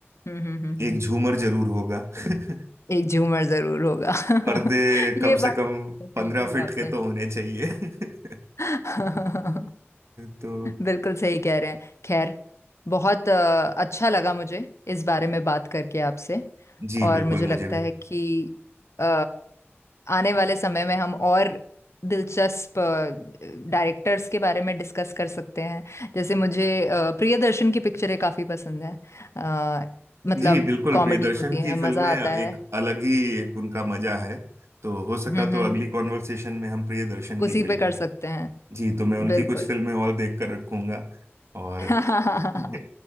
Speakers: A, on the left; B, on the right.
A: हम्म हम्म हम्म,
B: एक झूमर
A: हम्म।
B: जरूर होगा <laughs>
A: एक झूमर जरूर होगा
B: पर्दे
A: <laughs>
B: कम
A: ये बात
B: से कम
A: तो सही
B: पंद्रह
A: कही
B: फीट
A: आपने
B: के तो होने चाहिए <laughs>
A: <laughs>
B: तो
A: बिल्कुल सही कह रहे हैं खैर बहुत अ, अच्छा लगा मुझे इस बारे में बात करके आपसे
B: जी
A: और
B: बिल्कुल
A: मुझे
B: मुझे
A: लगता
B: भी
A: है कि अ, आने वाले समय में हम और दिलचस्प डायरेक्टर्स के बारे में डिस्कस कर सकते हैं जैसे मुझे अ, प्रियदर्शन की पिक्चरें काफ़ी पसंद हैं अ, मतलब
B: जी बिल्कुल
A: कॉमेडी
B: प्रियदर्शन
A: होती है
B: की
A: मज़ा
B: फिल्में एक
A: आता है
B: अलग ही एक उनका मजा है तो हो सका
A: हम्म
B: तो
A: हम्म
B: अगली
A: हम्म।
B: कॉन्वर्सेशन में हम प्रियदर्शन की
A: उसी
B: फिल्में
A: पे कर सकते हैं
B: जी तो मैं उनकी
A: बिल्कुल
B: कुछ फिल्में और देख कर रखूंगा और
A: <laughs>
B: <laughs>